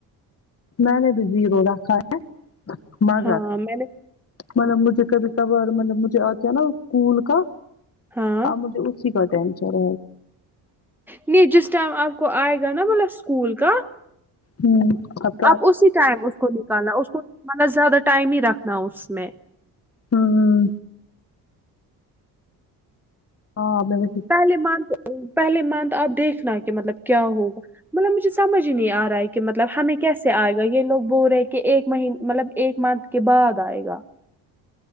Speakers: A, on the left; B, in the centre.
A: میں نے بھی زیرو رکھا ہے مگر
B: ہاں میں نے
A: مطلب مجھے کبھی کبھار مطلب مجھے آتا نا اسکول کا
B: ہاں
A: مجھے اب اسی کا تنچر
B: نہیں جس ٹائم آپ کو آئے گا نا مطلب اسکول کا
A: ہوں ہٹ
B: اب اسی ٹائم اس کو نکالنا اس کو مطلب زیادہ ٹائم ہی رکھنا اس میں
A: ہوں ہاں اب میں نے
B: پہلے منتھ پہلے منتھ اپ دیکھنا ہے کہ مطلب کیا ہوگا مطلب مجھے سمجھ ہی نہیں ا رہا ہے کہ مطلب ہمیں کیسے ائے گا یہ لوگ بول رہے کہ ایک مہینہ مطلب ایک مونتھ کے بعد آئے گا